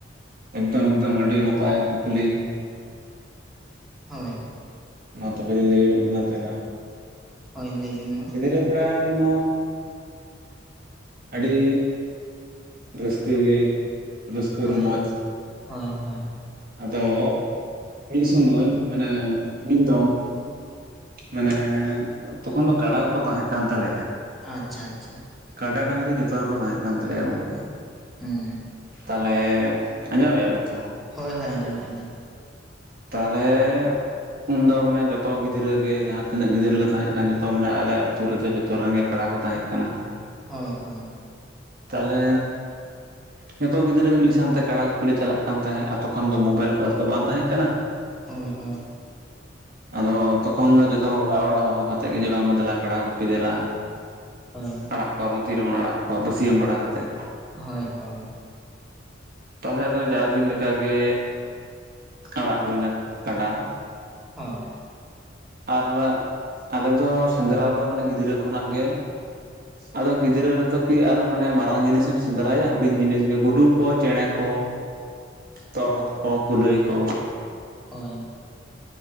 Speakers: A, on the right; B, in the centre.
A: ᱮᱠᱫᱚᱢ ᱮᱠᱫᱚᱢ ᱟᱹᱰᱤ ᱱᱟᱯᱟᱭ ᱠᱩᱠᱞᱤ᱾
B: ᱦᱳᱭ᱾
A: ᱢᱟ ᱛᱚᱵᱮ ᱞᱤᱧ ᱞᱟᱹᱭ ᱟᱵᱮᱱ ᱠᱟᱱᱟ ᱛᱟᱞᱟ
B: ᱦᱳᱭ ᱞᱟᱹᱭ ᱵᱤᱱ ᱢᱟ
A: ᱜᱤᱫᱽᱨᱟᱹ ᱵᱮᱲᱟ ᱨᱮᱢᱟᱼᱼ ᱟᱹᱰᱤ ᱨᱟᱹᱥᱠᱟᱹ ᱜᱮ᱾ ᱨᱟᱹᱥᱠᱟᱹ
B: ᱦᱳᱭ
A: ᱨᱚᱢᱚᱡᱽ
B: ᱦᱳᱭ ᱦᱳᱭ᱾
A: ᱟᱫᱚ ᱢᱤᱫ ᱥᱳᱢᱟᱹᱭ ᱢᱟᱱᱮ ᱢᱤᱫ ᱫᱚᱢ ᱢᱟᱱᱮ ᱛᱚᱠᱷᱚᱱ ᱫᱚ ᱠᱟᱲᱟ ᱠᱚ ᱛᱟᱦᱮᱸ ᱠᱟᱱ ᱛᱟᱞᱮᱭᱟ᱾
B: ᱟᱪᱪᱷᱟ ᱟᱪᱪᱷᱟ᱾
A: ᱠᱟᱰᱟ ᱰᱟᱝᱨᱤ ᱡᱚᱛᱚ ᱜᱮᱠᱚ ᱛᱟᱦᱮᱸ ᱠᱟᱱ ᱛᱟᱞᱮᱭᱟ ᱜᱚᱝᱠᱮ᱾
B: ᱦᱩᱸ᱾
A: ᱛᱟᱦᱚᱞᱮ ᱟᱸᱡᱚᱢᱮᱫᱼᱟᱵᱤᱱ ᱛᱚ᱾
B: ᱦᱳᱭ ᱦᱳᱭ ᱟᱸᱡᱚᱢᱮᱫᱼᱟ ᱞᱤᱧ᱾
A: ᱛᱟᱦᱚᱞᱮ ᱩᱱᱫᱚ ᱢᱟᱱᱮ ᱡᱚᱛᱚ ᱜᱤᱫᱽᱨᱟᱹ ᱜᱮ ᱡᱟᱦᱟᱸ ᱛᱤᱱᱟᱹᱜ ᱜᱤᱫᱽᱨᱟᱹᱞ ᱞᱮ ᱛᱟᱦᱮᱸ ᱠᱟᱱ ᱡᱚᱛᱚ ᱢᱟᱱᱮ ᱟᱞᱮ ᱟ ᱟᱹᱛᱩ ᱨᱮᱫᱚ ᱡᱚᱛᱚ ᱡᱷᱚᱛᱚ ᱨᱮᱱᱜᱮ ᱠᱟᱲᱟ ᱠᱚ ᱛᱟᱦᱮᱸ ᱠᱟᱱᱟ᱾
B: ᱦᱳᱭ ᱦᱳᱭ᱾
A: ᱛᱟᱦᱚᱞᱮ ᱡᱚᱛᱚ ᱜᱤᱫᱽᱨᱟᱹᱮ ᱜᱮ ᱢᱤᱫ ᱥᱟᱶᱛᱮ ᱠᱟᱲᱟ ᱜᱩᱯᱤ ᱞᱮ ᱪᱟᱞᱟᱜᱼᱼ ᱛᱟᱦᱮᱸᱜ ᱛᱚᱠᱷᱚᱱ ᱫᱚ ᱢᱳᱵᱟᱭᱤᱞ ᱠᱚ ᱟᱨ ᱛᱚ ᱵᱟᱝ ᱛᱟᱦᱮᱸ ᱠᱟᱱᱟ᱾
B: ᱦᱳᱭ ᱦᱳᱭ
A: ᱟᱫᱚ ᱛᱚᱠᱷᱚᱱ ᱫᱚ ᱡᱚᱛᱚ ᱦᱚᱲ ᱚᱲᱟᱜ ᱚᱲᱟᱜ ᱦᱚᱦᱚ ᱠᱟᱛᱮᱫ ᱜᱮ ᱡᱮ ᱵᱟᱝᱢᱟ ᱫᱮᱞᱟ ᱠᱟᱰᱟ ᱜᱩᱯᱤ ᱫᱮᱞᱟ᱾ <inaudible>
B: ᱦᱳᱭ᱾
A: ᱜᱟᱯᱟ ᱟᱵᱚ ᱛᱤ ᱨᱮᱵᱚᱱ ᱟᱲᱟᱜ ᱠᱚᱣᱟ ᱵᱟᱹᱥᱭᱟᱹᱢ ᱵᱟᱲᱟ ᱠᱟᱛᱮᱫ᱾
B: ᱦᱳᱭ ᱦᱳᱭ᱾
A: ᱛᱟᱦᱚᱞᱮ ᱟᱫᱚ ᱡᱟ ᱫᱤᱱ ᱞᱮᱠᱟᱜᱮ ᱟᱲᱟᱜ ᱦᱩᱭᱱᱟ ᱠᱟᱰᱟ᱾
B: ᱦᱳᱭ᱾
A: ᱟᱨ ᱟᱞᱮ ᱫᱚ ᱥᱮᱸᱫᱽᱨᱟ ᱫᱚ ᱢᱟᱱᱮ ᱜᱤᱫᱽᱨᱟᱹ ᱠᱷᱚᱱᱟᱜ ᱜᱮ ᱟᱫᱚ ᱜᱤᱫᱽᱨᱟᱹ ᱨᱮᱫᱚ ᱠᱤ ᱟᱨ ᱢᱟᱱᱮ ᱢᱟᱨᱟᱝ ᱡᱤᱱᱤᱥᱮᱢ ᱥᱮᱸᱫᱽᱨᱟᱭᱟ ᱦᱩᱰᱤᱧ ᱡᱤᱱᱤᱥ ᱜᱮ ᱜᱩᱰᱩ ᱠᱚ, ᱪᱮᱬᱮ ᱠᱚ ᱛᱚᱨᱦᱚᱫ ᱠᱚ, ᱠᱩᱞᱟᱹᱭ ᱠᱚ᱾
B: ᱦᱳᱭ᱾